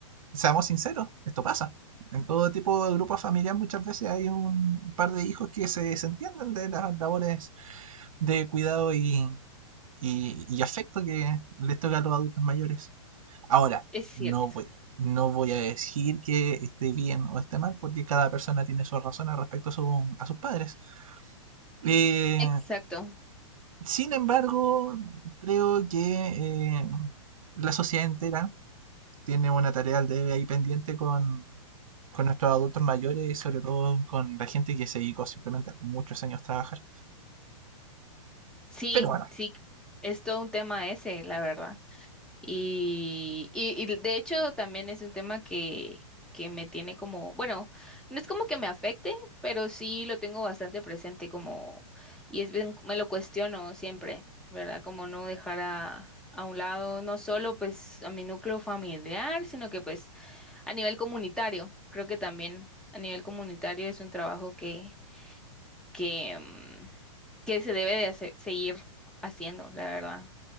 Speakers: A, on the right; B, in the centre.
A: seamos sinceros, esto pasa. En todo tipo de grupos familiares muchas veces hay un par de hijos que se desentienden de las labores de cuidado y, y- y afecto que les toca a los adultos mayores. Ahora,
B: es cierto,
A: no voy, no voy a decir que esté bien o esté mal, porque cada persona tiene sus razones respecto a, su- a sus padres. Eh,
B: exacto,
A: sin embargo, creo que eh, la sociedad entera tiene una tarea al debe ahí pendiente con, con nuestros adultos mayores y sobre todo con la gente que se dedicó simplemente muchos años a trabajar.
B: sí,
A: Pero bueno,
B: sí, es todo un tema ese, la verdad. Y, y, y de hecho también es un tema que, que me tiene como, bueno, no es como que me afecte, pero sí lo tengo bastante presente como, y es bien, me lo cuestiono siempre, ¿verdad? Como no dejar a, a un lado, no solo pues a mi núcleo familiar, sino que pues a nivel comunitario, creo que también a nivel comunitario es un trabajo que, que, mm, que se debe de hacer- seguir haciendo, la verdad.